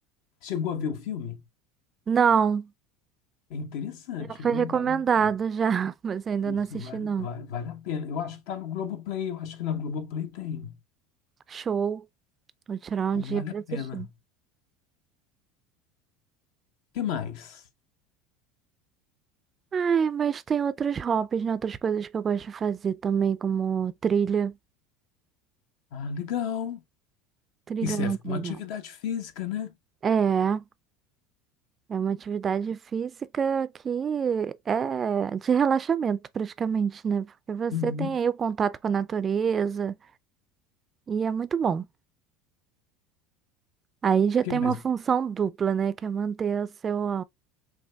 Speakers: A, on the left; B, on the right.
A: Chegou a ver o filme?
B: Não.
A: É interessante,
B: Já foi
A: viu?
B: recomendado
A: Vale a pena.
B: já, <laughs> mas ainda não
A: Isso
B: assisti
A: vale,
B: não.
A: vale, vale a pena. Eu acho que está no Globoplay, eu acho que na Globoplay tem.
B: Show. Vou tirar
A: Pois
B: um dia
A: vale
B: pra
A: a
B: assistir.
A: pena. O que mais?
B: Ai, mas tem outros hobbies, né? Outras coisas que eu gosto de fazer também, como trilha.
A: Ah, legal.
B: Trilha
A: E serve
B: é muito
A: para uma
B: legal.
A: atividade física, né?
B: É, é uma atividade física que é de relaxamento praticamente, né? Porque você
A: Uhum.
B: tem
A: O
B: aí o contato com a natureza e é muito bom. Aí já
A: que
B: tem
A: mais?
B: uma função dupla, né? Que é manter o seu,